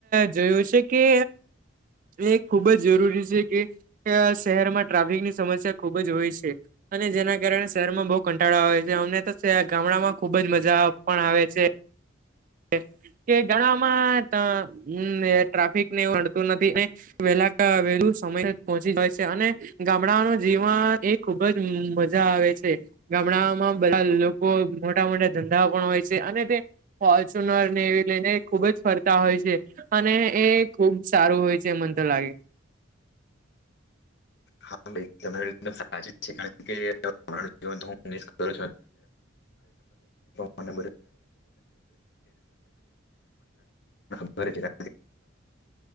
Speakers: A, on the right (about 40°); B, on the left (about 55°).
A: જોયું છે કે એ ખુબ જ જરૂરી છે કે શહેરમા ટ્રાફિકની સમસ્યા ખુબ જ હોય છે. અને જેના કારણે શહેરમાં બહુ કંટાળો આવે છે. અમને તો ગામડામા ખુબ જ મજા પણ આવે છે. એ. કે ઘણામાં ટ અન ટ્રાફિક ને એવુ નડતુ નથી ને વહેલા ક વેલુ સમયસર જ પહોંચી જવાય છે અને ગામડાઓ નુ જીવન એ ખુબ જ મજા આવે છે. ગામડામા બધા લોકો મોટા મોટા ધંધા પણ હોય છે અને તે ફોર્ચ્યુનર ને એવી લઈને ખુબ જ ફરતા હોય છે અને એ ખુબ સારું હોય છે મન લાગે.
B: હા ભાઈ તમારી વાત એકદમ સાચી છે. કારણ કે <inaudible> તો <inaudible> એટલે હું <inaudible> કે એને <inaudible> <inaudible> એટલું